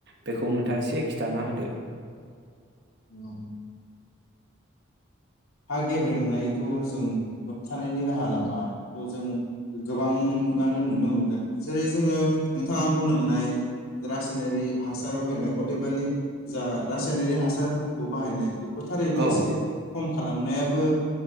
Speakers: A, on the right (about 55°); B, on the left (about 85°).
A: बेखौ नोंथाङा एसे खिन्थाना होदो।
B: औ हा गेब्रेंनायखौ जों होबथानायनि राहा लामाखौ जों गोबाङानो नुनो मोनगोन जेरै जोङो नोंथाङा बुंलांनाय रासायनारि हासार बाहायनाय अदेबानि जा रासायनारि हासारफोरखौ बाहायनाय। फोथारैनो
A: औ
B: एसे खम खालामनायाबो